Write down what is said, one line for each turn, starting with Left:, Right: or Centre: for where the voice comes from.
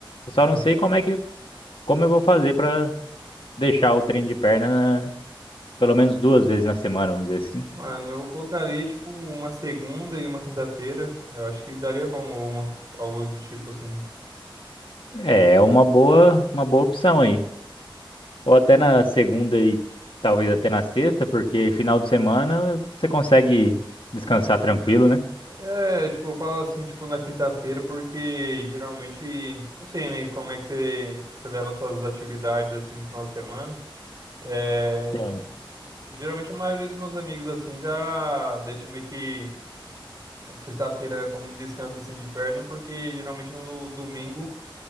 Left: Eu só
Right: Bo-
Left: não sei como é que como eu vou fazer pra deixar o treino de perna pelo menos duas vezes na semana, vamos dizer assim.
Right: Mano, eu colocaria, tipo, uma segunda e uma quinta-feira. Eu acho que daria bom, ou uma- algo do tipo assim.
Left: É, é uma boa, uma boa opção aí. Ou até na segunda e talvez até na sexta, porque final de semana você consegue descansar tranquilo, né?
Right: É, tipo, eu falo assim, tipo, na quinta-feira, porque geralmente, não sei, né, como é que você, você leva suas atividades, assim, no final de semana. É,
Left: Sim.
Right: geralmente a maioria dos meus amigos, assim, já deixa meio que. Sexta-feira é como um descanso assim de perna, porque geralmente no domingo